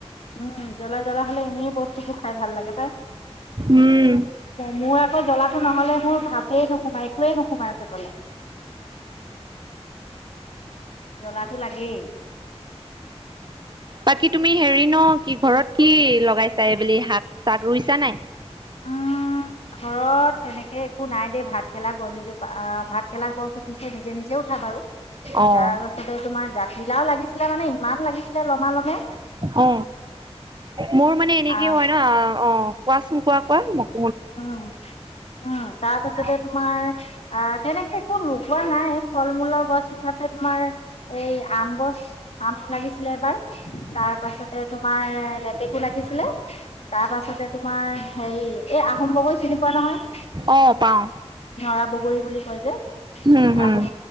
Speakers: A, on the left; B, on the right.
A: উম জ্বলা জ্বলা হ'লে এনেই বস্তুবোৰ খাই ভাল লাগে পাই।
B: উম,
A: মোৰ আকৌ জ্বলাটো নহ'লে মোৰ ভাতেই নোসোমাই একোৱেই নোসোমাই পেটলে। জ্বলাটো লাগেই।
B: বাকী তুমি হেৰি নহ কি ঘৰত কি লগাইছা এইবেলি শাক চাক ৰুইছা নাই।
A: উম। ঘৰত তেনেকে একো নাই দেই ভাতকেৰেলা গছ এজোপা আহ ভাতকেৰেলা গছ উঠিছে নিজে নিজেই। কথা বাৰু
B: অ'।
A: তাৰ পাছতে তোমাৰ জাতিলাওঁ লাগিছিলে মানে ইমান লাগিছিলে লমা লমে
B: অ মোৰ মানে এনেকে
A: আহ
B: হয় নহয় অ কোৱাচোন কোৱা কোৱা মোক।
A: উম উম তাৰপিছতে
B: উম,
A: তোমাৰ আহ তেনেকে কোন ৰ। ৰোৱা নাই ফল-মূলৰ গছ হিচাপে তোমাৰ এই আম গছ। আম লাগিছিলে এবাৰ তাৰপাছতে তোমাৰ লেটেকো লাগিছিলে। তাৰ পাছতে তোমাৰ হেৰি। এই আহোম বগৰী চিনি পোৱা নহয়
B: অঁ পাওঁ।
A: নৰা বগৰী বুলি কয় যে।
B: উম হুম,
A: আহোম